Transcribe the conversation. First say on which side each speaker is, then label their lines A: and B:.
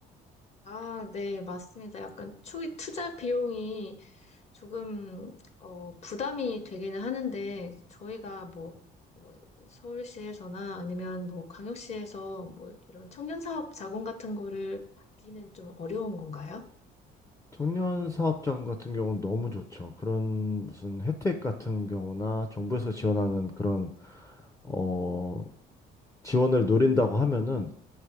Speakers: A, on the left; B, on the left.
A: 아, 네, 맞습니다. 약간 투, 투자 비용이 조금 어, 부담이 되기는 하는데 저희가 뭐, 뭐 서울시에서나 아니면 뭐 광역시에서 뭐 이런 청년 사업 자금 같은 거를 받기는 좀 어려운 건가요?
B: 청년 사업장 같은 경우는 너무 좋죠. 그런 무슨 혜택 같은 경우나 정부에서 지원하는 그런 어 지원을 노린다고 하면은